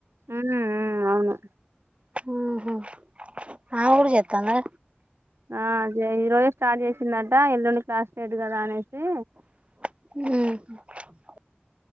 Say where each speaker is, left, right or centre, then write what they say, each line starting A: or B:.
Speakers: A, on the right; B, on the right.
A: మ్మ్ మ్మ్ అవును
B: హ ఆ అమ గూడ చెత్తందా.
A: ఆ ఈ రోజు స్టార్ట్ చేసిందట ఎల్లుండి క్లాస్ లేదు గదా అనేసి.
B: ఉమ్.